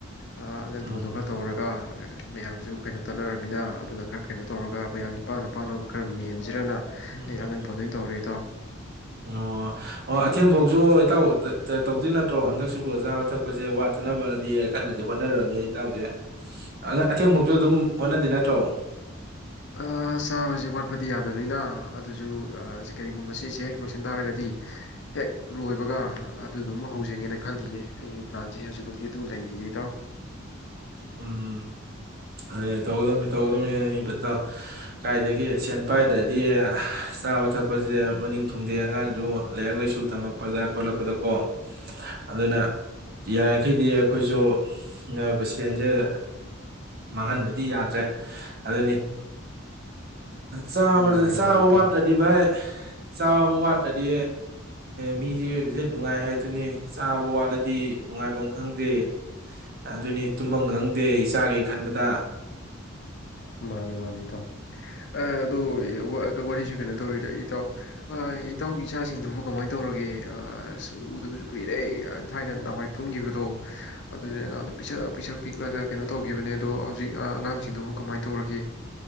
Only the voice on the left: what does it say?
ꯑꯥ ꯑꯌꯦꯟꯐꯧꯗꯣ
ꯈꯔ ꯇꯧꯔꯒ ꯃꯌꯥꯝꯁꯨ ꯀꯩꯅꯣ ꯇꯠꯅꯔꯝꯃꯤꯅ ꯑꯗꯨꯅ ꯈꯔ ꯀꯩꯅꯣ ꯇꯧꯔꯒ ꯃꯌꯥꯝꯒꯤ ꯄꯥꯅ ꯄꯥꯅꯕ ꯈꯔ ꯃꯦꯟ ꯖꯤꯔꯅ
ꯑꯩ ꯑꯉꯟ ꯐꯧꯗꯨ ꯑꯣꯏꯅ ꯇꯧꯔꯦ ꯏꯇꯥꯎ꯫
ꯑ ꯆꯥꯕꯁꯦ ꯋꯥꯠꯄꯗꯤ ꯌꯥꯗꯕꯅꯤꯅ ꯑꯗꯨꯁꯨ ꯁꯤ ꯀꯔꯤꯒꯨꯝꯕ ꯁꯤꯁꯦ ꯍꯦꯛ ꯂꯣꯏꯁꯤꯟ ꯇꯥꯔꯒꯗꯤ ꯍꯦꯛ ꯂꯣꯏꯕꯒꯥ ꯑꯗꯨꯗꯨ ꯑꯃꯨꯛ ꯍꯧꯖꯤꯟꯒꯦ ꯈꯜꯂꯤꯌꯦ ꯑꯩꯒꯤ ꯄ꯭ꯂꯥꯟꯁꯦ ꯍꯧꯖꯤꯛꯐꯥꯎꯤ ꯑꯗꯨ ꯂꯩꯔꯤꯌꯦ ꯏꯇꯥꯎ
ꯃꯥꯅꯦ
ꯃꯥꯅꯦ ꯏꯇꯥꯎ
ꯃꯥꯅꯦ ꯃꯥꯅꯦ ꯏꯇꯥꯎ ꯑꯗꯣ ꯋꯥꯔꯤꯁꯨ ꯀꯩꯅꯣ ꯇꯧꯔꯤꯗ ꯏꯇꯥꯎ ꯏꯇꯥꯎꯒꯤ ꯏꯆꯥꯁꯤꯡꯗꯨꯕꯨ ꯀꯃꯥꯏꯅ ꯇꯧꯔꯒꯦ ꯑꯖ ꯎꯗꯕꯁꯨ ꯀꯨꯏꯔꯦ ꯊꯥꯏꯅ ꯅꯍꯥꯟꯋꯥꯏ ꯄꯨꯟꯈꯤꯕꯗꯣ ꯑꯗꯨꯗꯤ ꯑꯉꯥꯡꯗ ꯄꯤꯁꯛ ꯄꯤꯁꯛ ꯄꯤꯛꯂꯒ ꯀꯩꯅꯣ ꯇꯧꯈꯤꯕꯅꯦ ꯑꯗꯣ ꯍꯧꯖꯤꯛ ꯑꯉꯥꯡꯁꯤꯡ ꯁꯤꯡꯗꯨꯕꯨ ꯀꯃꯥꯏꯅ ꯇꯧꯔꯒꯦ